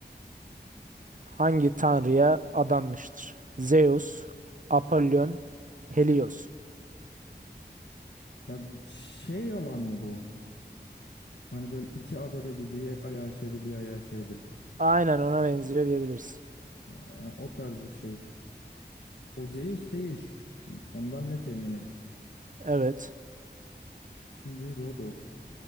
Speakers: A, on the right; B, on the left.
A: Hangi tanrıya adanmıştır? Zeus, Apollon, Helios.
B: Ya bir şey olan mı bu? Hani böyle iki adada gibi bir ayağı şeyde bir ayağı şeyde.
A: Aynen ona benziyor diyebiliriz.
B: Ya, ya o tarz bir şey. O Zeus değil. Ondan net eminim.
A: Evet.
B: Şimdi Rodos.